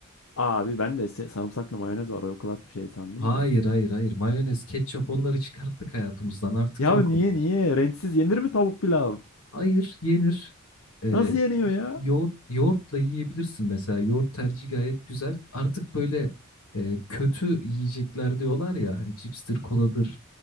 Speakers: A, on the left; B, on the left.
A: Abi ben de se- sarımsaklı mayonez var. O klas bir şey sandım
B: Hayır
A: da.
B: hayır hayır mayonez, ketçap onları çıkarttık hayatımızdan artık
A: Ya
B: yok
A: niye
B: onlar.
A: niye? Renksiz yenir mi tavuk pilav?
B: Hayır yenir. Ee,
A: Nasıl yeniyor ya?
B: Yoğurt, yoğurtla yiyebilirsin mesela. Yoğurt tercihi gayet güzel. Artık böyle e, kötü yiyecekler diyorlar ya hani cipstir, koladır,